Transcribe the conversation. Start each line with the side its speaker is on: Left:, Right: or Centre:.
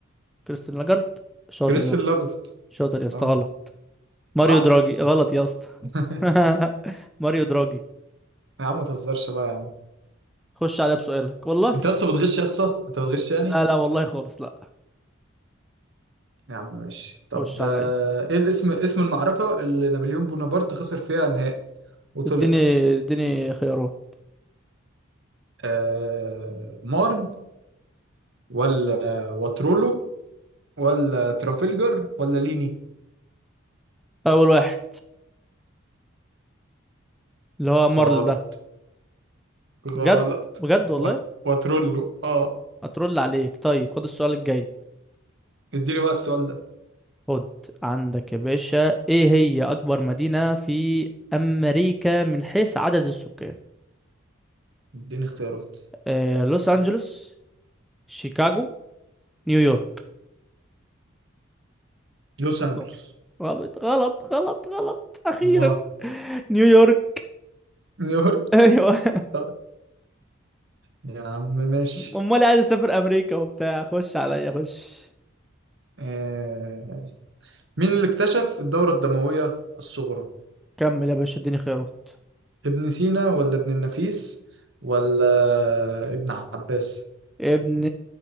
Centre: كريستين لاجارد شاطر
Right: كريستيان
Centre: يا اسطى
Right: لاجرت
Centre: شاطر يا اسطى
Right: اه
Centre: غلط ماريو
Right: صح
Centre: دراجي غلط يا اسطى
Right: <laughs>
Centre: <laughs> ماريو دراجي
Right: يا عم ما تهزرش بقى يا عم
Centre: خش عليا بسؤالك والله
Right: انت لسه بتغش لسه انت بتغش يعني
Centre: لا لا والله خالص لا
Right: يا عم ماشي طب
Centre: خش
Right: ده
Centre: عليا
Right: ايه الاسم اسم المعركة اللي نابليون بونابرت خسر فيها نهائي وطلع
Centre: اديني اديني خيارات
Right: آه... مارن ولا واترولو ولا ترافلجر ولا ليني
Centre: اول واحد اللي هو مارل
Right: غلط
Centre: ده بجد
Right: غلط
Centre: بجد والله
Right: وات- واترولو اه
Centre: اترول عليك طيب خد السؤال الجاي
Right: اديني بقى السؤال ده
Centre: خد عندك يا باشا ايه هي اكبر مدينة في امريكا من حيث عدد السكان
Right: اديني اختيارات
Centre: آه، لوس أنجلوس شيكاغو نيويورك
Right: لوس
Centre: اختار
Right: انجلوس
Centre: غلط غلط غلط غلط أخيرا
Right: ما
Centre: نيويورك
Right: نيويورك
Centre: <laughs> أيوه
Right: آه، يا عم ماشي
Centre: أمال عايز أسافر أمريكا وبتاع خش عليا خش
Right: آه... مين اللي اكتشف الدورة الدموية الصغرى
Centre: كمل يا باشا اديني خيارات
Right: ابن سينا ولا ابن النفيس ولا ابن عباس
Centre: ابن